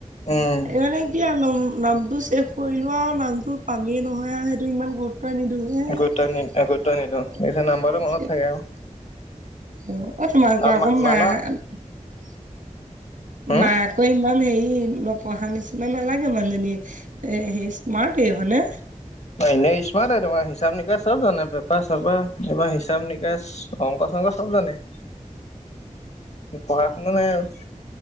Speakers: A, on the left; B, on the right.
A: উম
B: এই মানে কি আৰু লম। নামটো চেফ কৰিলো আৰু নামটো পামেই নহয় আৰু সেইটো ইমান। পানী ধো হে
A: গুৰুত্ব নি গুৰুত্ব
B: <unintelligible>
A: নিদো পিছে নাম্বাৰটো মনত থাকে আৰু
B: অ অ তোমাৰ
A: আৰু
B: অকম
A: মা মানুহ
B: নাই। <unintelligible>
A: হম
B: মাকৈ ইমান হেৰি নপঢ়া নিচিনা নালাগে মানুহজনী। এ সেই স্মাৰ্ট হয়নে।
A: এনে স্মাট তোমাৰ হিচাপ নিকাচ চব জানে পেপাৰ চেপা এইবাৰ হিচাপ নিকাচ অংক। <unintelligible> অংক চব জানে।
B: <inaudible>
A: পঢ়া শুনা নাই আৰু।